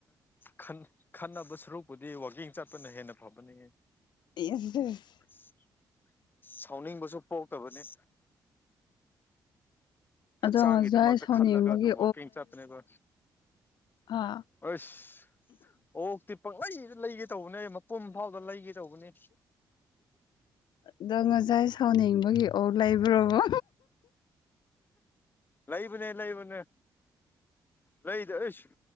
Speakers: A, on the left (about 25°); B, on the left (about 80°).
A: ꯈꯟ ꯈꯟꯅꯕꯥ ꯁꯔꯨꯛ ꯕꯨꯗꯤ ꯋꯥꯛꯀꯤꯡ ꯆꯠꯄꯅꯥ ꯍꯦꯟꯅꯥ ꯐꯕꯅꯤꯍ‌ꯦ
B: ꯌꯦꯗꯤ <unintelligible>
A: ꯏꯟꯑꯣꯗꯤꯕꯜ <inaudible> ꯁꯥꯎꯅꯤꯡꯕꯁꯨ ꯄꯣꯛꯇꯕꯅꯤ
B: ꯑꯗꯣ
A: ꯍꯛꯆꯥꯡꯒꯤꯗꯃꯛꯇ
B: ꯉꯁꯥꯏ ꯁꯥꯎꯅꯤꯡꯕꯒꯤ
A: ꯈꯜꯂꯒ ꯑꯗꯨꯝ ꯋꯥꯋꯥꯛꯀꯤꯡ ꯆꯠꯄꯅꯦꯕ
B: ꯑꯥ
A: ꯑꯁ ꯑꯣꯛꯇꯤ ꯄꯪꯗꯩꯗ ꯂꯩꯒꯦ ꯇꯧꯕꯅꯦ ꯃꯄꯨꯝ ꯐꯥꯎꯗ ꯂꯩꯒꯦ ꯇꯧꯕꯅꯦ
B: ꯑꯗꯣ ꯉꯖꯥꯏ ꯁꯥꯎꯅꯤꯡꯕꯒꯤ ꯑꯣꯛ ꯂꯩꯕ꯭ꯔꯣꯕꯥ
A: ꯂꯩꯕꯅꯦ ꯂꯩꯕꯅꯦ ꯂꯩꯗ ꯑꯩꯁ